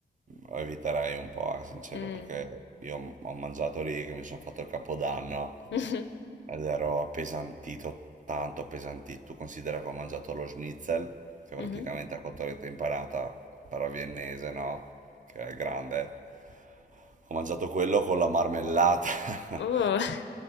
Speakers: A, on the right; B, on the left.
A: lo eviterei un po', eh, sincero,
B: Mh.
A: perché io ho mangiato lì che mi sono fatto il capodanno
B: <laughs> Mh-mh.
A: ed ero appesantito, tanto appesantito. Tu considera che ho mangiato lo schnitzel, che praticamente
B: Mh-mh.
A: è cotoletta impanata, però viennese, no? Che è grande. Ho mangiato quello con la marmellata
B: Uh.
A: <laughs>
B: <laughs>